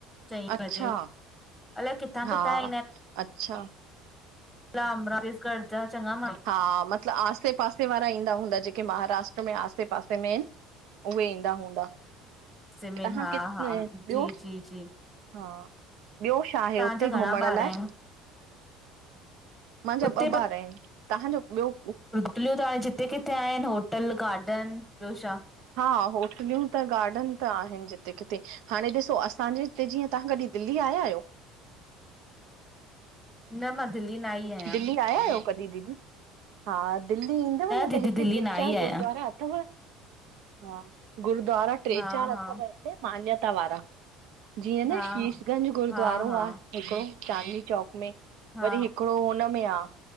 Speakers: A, in the centre; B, on the right.
A: चईं
B: -अच्छा
A: बजे अलाए किथां
B: हा।
A: किथां
B: अच्छा
A: <inaudible> कर्जा चञा।
B: हा, मतिलब आसे पासे वारा ईंदा हूंदा जेके, महाराष्ट्र में आसे पासे में आहिन। उहे ईंदा हूंदा
A: सिमेन
B: तां हां
A: हा
B: किथ
A: हा
B: ॿियो?
A: जी जी जी
B: हा, ॿियो? छा आहे,
A: तव्हांजा
B: हुते घुमण
A: घणा ॿार
B: लाइ?
A: आहिनि
B: मुंहिंजा
A: उते
B: ॿ ॿार आहिन। तव्हांजो ॿियो?
A: होटलियूं त हाणे जिते किथे आहिनि होटल गार्डन ॿियो छा।
B: हा, होटलियूं त गार्डन त आहिनि जिते किथे। हाणे ॾिसो असांजे हिते, जीअं तां हां कॾहिं दिल्ली आया आहियो?
A: न मां दिल्ली न आई आ।
B: दिल्ली आया आहियो कदीहिं दीदी? हा। दिल्ली ईंदव न,
A: दीदी
B: त हिते
A: दिल्ली
B: टे,
A: न आई
B: चार
A: आहियां।
B: गुरुद्वारा अथव। हा। गुरुूद्वारा टे,
A: हा
B: चार,
A: हा
B: अथव हिते मान्यता वारा। जीअं न,
A: हा
B: शीशगंज गुरुद्वारो
A: हा हा
B: आहे। हिकिड़ो चांदनी चौक, में
A: हा
B: वरी हिकिड़ो हुनम में आ।